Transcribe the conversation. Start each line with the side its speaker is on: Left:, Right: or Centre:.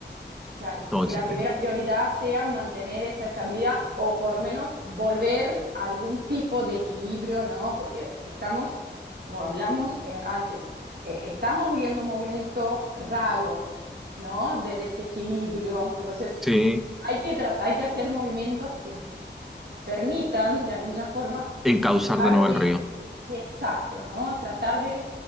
Right: Claro,
Centre: todo
Right: que
Centre: el sistema.
Right: la primera prioridad sea mantener esa estabilidad o por lo menos volver a algún tipo de equilibrio, ¿no? Porque estamos, como hablamos eh, antes, eh, estamos viviendo un momento raro, ¿no? De desequilibrio. Entonces,
Centre: Sí,
Right: hay que tratar, hay que hacer movimientos que permitan, de alguna forma,
Centre: encauzar
Right: buscar
Centre: de nuevo
Right: un
Centre: el
Right: eje
Centre: río.
Right: exacto, ¿no? Tratar de,